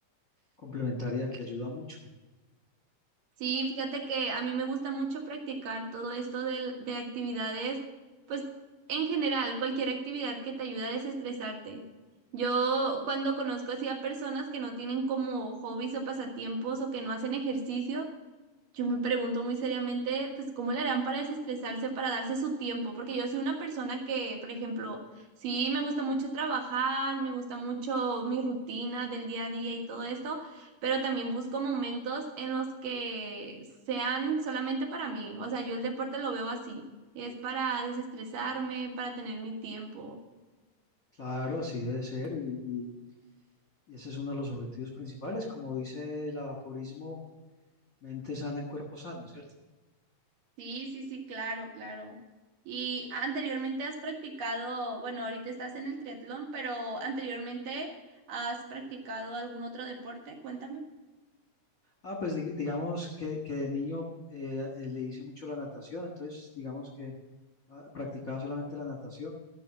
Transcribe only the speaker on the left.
complementaria que ayuda mucho.
Claro, así debe ser y, y- y ese es uno de los objetivos principales, como dice el aforismo, mente sana en cuerpo sano, ¿cierto?
Ah, pues dig- digamos que, que de niño eh, eh, le hice mucho la natación, entonces digamos que ah, practicaba solamente la natación.